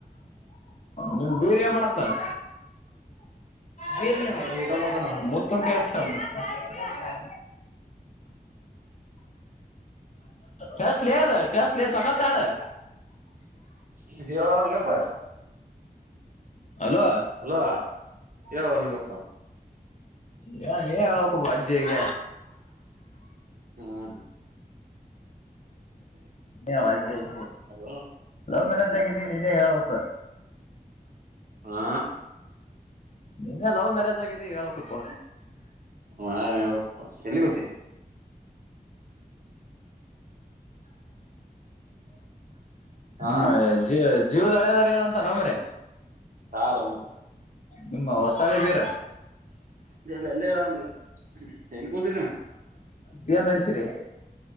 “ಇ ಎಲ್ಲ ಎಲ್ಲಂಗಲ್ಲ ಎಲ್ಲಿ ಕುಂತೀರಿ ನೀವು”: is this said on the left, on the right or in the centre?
Right